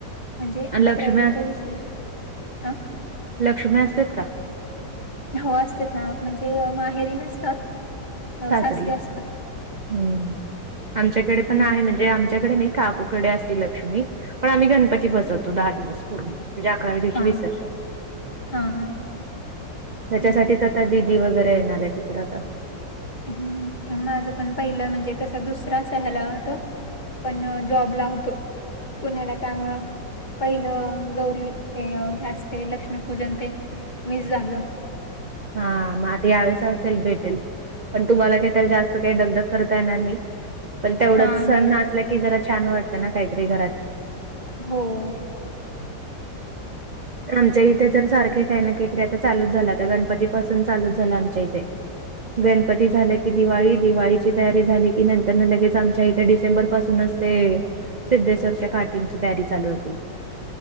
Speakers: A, on the left (about 25°); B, on the right (about 65°).
A: म्हणजे
B: आणि
A: अकराव्या
B: लक्ष्मी
A: दिवशी विसर्जन. अ
B: लक्ष्म्या असतात का?
A: हो असतात ना. म्हणजे माहेरी नसतात. अ,
B: सासरी.
A: असतात
B: हम्म आमच्याकडे पण
A: हं
B: आहे म्हणजे आमच्याकडे नाही काकूकडे असती लक्ष्मी. पण आम्ही गणपती बसवतो दहा दिवस. म्हणजे अकराव्या दिवशी
A: हा
B: विसर्जन. ‌‌
A: हा हा
B: त्याच्यासाठीच
A: बरं
B: आता दिदी वगैरे येणार आहेत. इकडे आता.
A: हम्म माझ पण पहिल म्हणजे तसा दुसरा अस ह्याला होत. पण जॉबला होतो पुण्याला त्यामुळ पहिल गौरी ते हे असते लक्ष्मीपूजन. ते मिस झाल.
B: हा मग आता यावेळेस असेल भेटेल. पण तुम्हाला का त जास्त काही दगधग करता येणार नाही. पण तेवढच
A: हा
B: सण
A: नाही ना
B: असला की जरा छान वाटत ना काहीतरी घरात.
A: हो
B: आमच्या इथे तर सारखे काही ना काहीतरी आता चालूच झाल. आता गणपती पासून चालूच झाल आमच्या इथे. गणपती झालं की दिवाळी. दिवाळीची तयारी झाली की नंतर लगेच आमच्या इथे डिसेंबर पासूनच ते सिद्धेश्वरच्या काठींची तयारी चालू होते.